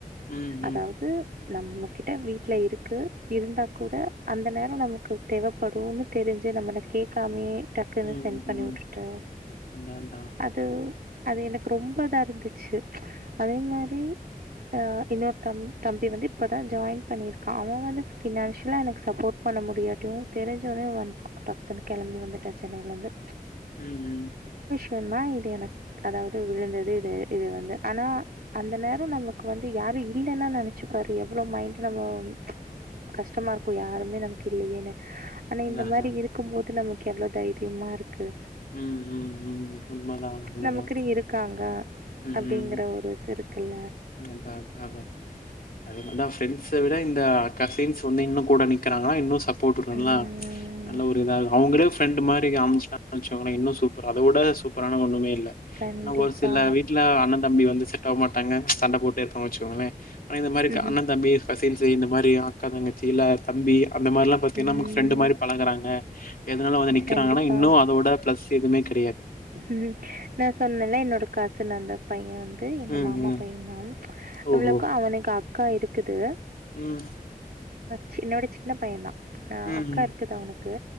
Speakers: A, on the left; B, on the right.
A: ம் ம்
B: அதாவ்து நம்மகிட்ட வீட்ல இருக்கு இருந்தா கூட அந்த நேர நமக்கு தேவப்படுன்னு தெரிஞ் சு நம்மள கேட்காமயே டக்குனு
A: ம்
B: சென்ட் பண்ணி வுட்டுட்டு
A: அதா அதா
B: அது அது எனக்கு ரொம்ப இதாருந்து ச்சு அதே மாரி
A: ம்
B: அ இன்னோர் தம் தம்பி வந்து இப்பதா ஜாய்ன் பண்ணிர்க்கா அவ வந்து ஃபினான்ஷிலா எனக்கு சப்போர்ட் பண்ண மு முடியாட்டியு தெரிஞ்சொட்னே வன்டா டக்குனு கெளம்பி வந்துட்டா சென்னைலந்து
A: ம் ம்
B: டன்னா இது எனக் அதாவது விழுந்தது இது இது வந்து ஆனா அந்த நே நமக்கு வந்து யாரு இல்லன்னா நெனச்சி பாரு எவ்ளோ மைண்டு நம்மோ கஷ்டமாருக்கு யாருமே நமக் இல்லயேனு ஆனா
A: அதா
B: இந்த மாரி
A: அதா
B: இருக்கும் போது நமக் எவ்ளோ தைரிய்மா இருக் க்கு
A: ம் ம் ம் உண்மதா உண்மதா
B: நமக்குனு இருக்காங்க
A: ம்
B: அப்டிங்கற ஒரு இதிருக்கிள்
A: அதா அதா அதே மாரிதா பிரண்ட்ஸ விட இந்த கசின்ஸ் வந்து இன்னு கூட நிக்கிறாங்னா இன்னு சப் போட்டுட்றல்ல
B: ம்.
A: அந்த ஒரு இதா இரு அவ்ங்களே ஃப்ரெண்டு மாரி அம்ச்சா அம்ச் ஆனா இன்னு சூப்பரா அத விட சூப்பரான ஒண்ணமே இல்ல
B: கண்டிப்பா.
A: ஆனா ஒரு சில வீட்ல அண்ண தம்பி வந்து செ தவ் மாட்டாங்க சண்ட போட்டே இர்ப்பாங்க வச்சுக்கோங்ளே ஆனா இது மாரி
B: ம்ஹ்ம்.
A: க அண்ணந் தம்பி கசின்ஸு இந்த மாரி அ அக்கா தங்கச்சி இல்ல தம்பி அந்த மாரிலா பாத்தீங்னா
B: ம்.
A: நம்க்கு ஃப்ரெண்டு மாரி பழகறாங்க எதுநாலு வந்து நிக்கிறாங்கன்னா
B: கண்டிப்பா.
A: இன்னு அதோட பிளஸ் எதுவ்மே கெடையாது
B: ம் நா சொன்னேல்ல என்னோட கசன் அந்த பைய வந்து எங்க
A: ம்,
B: மாமா
A: ம்.
B: பைய்ந்தா ம்
A: ஓஹோ!
B: இவ்ளோக்கு அவனுக்கு அக்கா இருக்குது
A: ம்
B: சி என்னவிட சின்ன பையந்தாஆ
A: ம்,
B: அக்கா
A: ம்,
B: இருக்குது அவ்னுக்கு